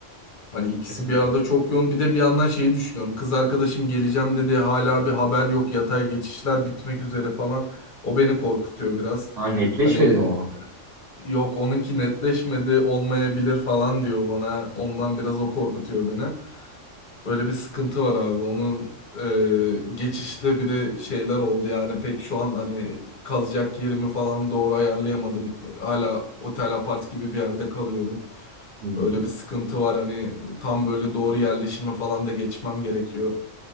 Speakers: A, on the left; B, on the right.
A: Hani ikisi
B: E, tabii.
A: bir arada çok yoğun. Bir de bir yandan şeyi düşünüyorum. Kız arkadaşım geleceğim dedi. Hala bir haber yok. Yatay geçişler bitmek üzere falan. O beni korkutuyor biraz.
B: Ha, netleşmedi
A: Hani e,
B: mi o?
A: yok onunki netleşmedi olmayabilir falan diyor bana. Ondan biraz o korkutuyor beni. Öyle bir sıkıntı var abi. Onun e, geçişte bir de şeyler oldu yani pek şu an hani kalacak yerimi falan doğru ayarlayamadım. Hala otel apart gibi bir yerde kalıyorum.
B: Hmm.
A: Öyle bir sıkıntı var hani tam böyle doğru yerleşime falan da geçmem gerekiyor.